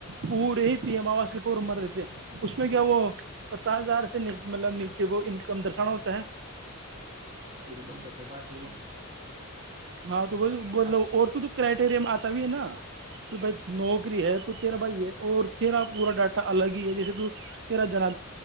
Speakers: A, on the right (about 55°); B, on the right (about 30°).
A: پورے ہی پی
B: ہ
A: ایم آواز پمر رہ اس میں کیا وہ پچاس ہزار سے مطلب نیچے وہ انکم درشانا ہوتا ہے
B: آ تو انکم تو اپنے پاس ہی ہی نہیں
A: ہاں تو وہی مطلب
B: اب
A: اور تو تو کرائٹیریا میں آتا بھی ہے نا کہ بھائی نوکری ہے تو تیرہ بھائی ہے اور تیرا پورا ڈاٹا الگ ہی ہے جیسے تو تیرہ جنا